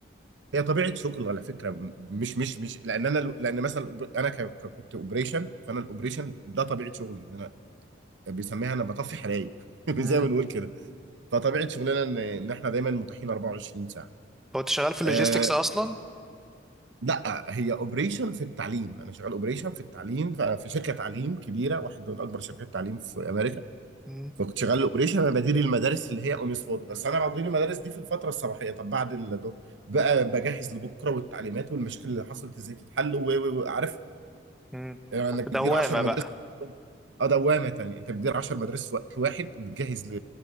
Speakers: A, on the right (about 85°); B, in the centre.
A: هي طبيعه شغل على فكره م- مش مش مش لان انا لان مثلا الأوبر- انا ك- ك- كنت اوبريشن فانا الاوبريشن ده طبيعه شغلي ان انا بيسميها انا بطفي حرايق <laughs>
B: مم.
A: زي ما بنقول كده فطبيعه شغلنا ان ان احنا دايما متاحين 24 ساعه
B: هو انت شغال في اللوجيستكس
A: أه
B: اصلا
A: لا هي اوبريشن في التعليم انا شغال اوبريشن في التعليم ف- في شركه تعليم كبيره واحده من اكبر شركات التعليم في امريكا
B: مم.
A: فكنت شغال الاوبريشن انا بدير المدارس اللي هي اون سبوت بس انا بدير المدارس دي في الفتره الصباحيه طب بعد ال- ده بقى بجهز لبكره والتعليمات والمشاكل اللي حصلت ازاي تتحل و و- وعارف
B: مم.
A: انك
B: في دوامة
A: بتدير 10 مدارس
B: بقى
A: اه دوامه تانيه انت بتدير 10 مدارس في وقت واحد وبتجهز